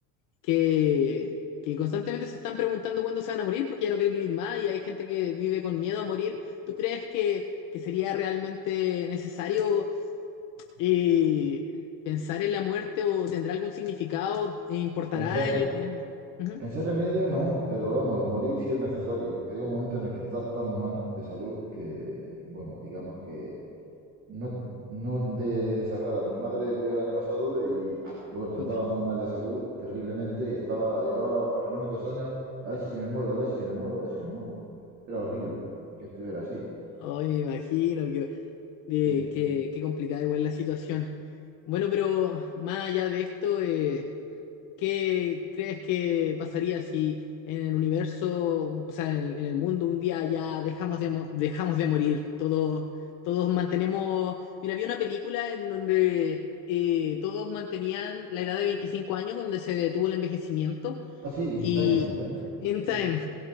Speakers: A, on the left; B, on the right.
A: que, que constantemente se están preguntando cuándo se van a morir porque ya no quieren vivir más y hay gente que vive con miedo a morir. ¿Tú crees que, que sería realmente necesario? eh, pensar en la muerte o tendrá algún significado, e importará
B: Pensar,
A: en el... en- Ujú.
B: Pensar en ello no, pero vamos, morir si es necesario, porque llega un momento en el que estás tan mal de salud que, bueno, digamos que no, no de desagrada. Mi madre murió el año pasado y, bueno,
A: Chuta.
B: estaba muy mal de salud, terriblemente, y estaba, llevaba por lo menos dos años, a ver si me muero, a ver si me muero, a ver si me muero. Era horrible que estuviera así.
A: Ay, me imagino que, eh,
B: Sí, sí.
A: que- qué complicada igual la situación. Bueno, pero más allá de esto, eh, ¿qué crees que pasaría si en el universo, o sea, en el, en el mundo un día ya dejamos de, mo- dejamos de morir? Todos, todos mantenemos... Mira, había una película en donde eh, todos mantenían la edad de 25 años, donde se detuvo el envejecimiento
B: Ah, sí, in
A: y...
B: time, in time.
A: In Time,
B: Sí.